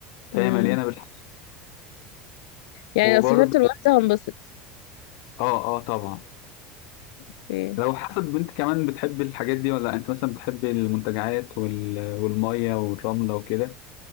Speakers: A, on the left; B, on the left.
A: فهي
B: مم.
A: مليانه بالحاجات
B: يعني
A: وبرضه
B: لو سافرت لوحدي هنبسط
A: اه اه طبعا
B: اوكي
A: لو حسب انت كمان بتحب الحاجات دي ولا لأ. انت مثلا بتحب المنتجعات وال... والمية والرملة وكده